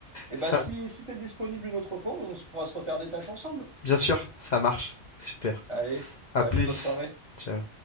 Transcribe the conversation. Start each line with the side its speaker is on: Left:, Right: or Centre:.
Right: Et
Left: Ça
Right: bah si, si t'es disponible une autre fois, on se- pourra se refaire des tâches ensemble.
Left: bien sûr, ça marche. Super.
Right: Allez, salut,
Left: À plus.
Right: bonne soirée.
Left: Ciao.